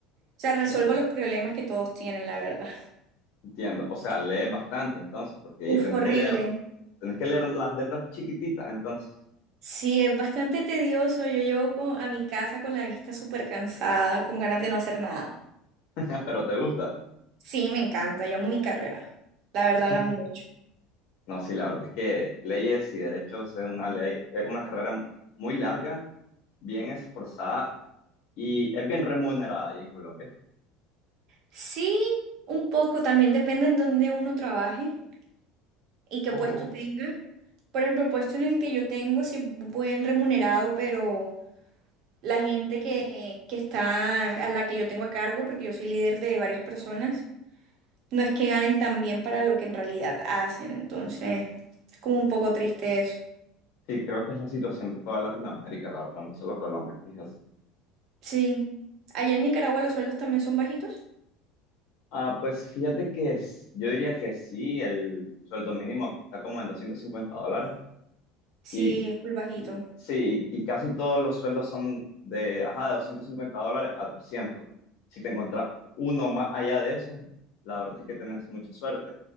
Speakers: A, on the right; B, on the left.
A: O sea, resuelvo
B: O-
A: los problemas que todos tienen, la verdad.
B: entiendo. O sea, lees bastante entonces, porque ahí
A: Uf,
B: tenés
A: horrible.
B: que leer, tenés que leer las letras chiquititas entonces.
A: Sí, es bastante tedioso. Yo llevo co- a mi casa con la vista súper cansada, con ganas de no hacer nada.
B: <laughs> Pero te gusta.
A: Sí, me encanta. Yo amo mi carrera. La verdad,
B: <laughs>
A: la amo mucho.
B: No, sí, la verdad es que leyes y derechos es una ley, es una carrera muy larga, bien esforzada y es bien remunerada ahí en Colombia.
A: Sí, un poco, también depende en dónde uno trabaje y qué
B: O
A: puesto tenga. Por ejemplo, el puesto en el que yo tengo sí es buen remunerado, pero la gente que, que está, a la que yo tengo a cargo, porque yo soy líder de varias personas, no es que ganen tan bien para lo que en realidad hacen, entonces es como un poco triste eso.
B: sí, creo que es la situación de toda Latinoamérica, la verdad, no solo Colombia, fíjate.
A: Sí, allá en Nicaragua los sueldos también son bajitos.
B: Ah, pues fíjate que es- yo diría que sí, el sueldo mínimo aquí está como en 250 dólares
A: Sí,
B: y,
A: es muy bajito.
B: y- sí, y, casi todos los sueldos son de, ajá, de 250 dólares a 300. Si te encuentras uno más allá de eso, la verdad es que tenés mucha suerte.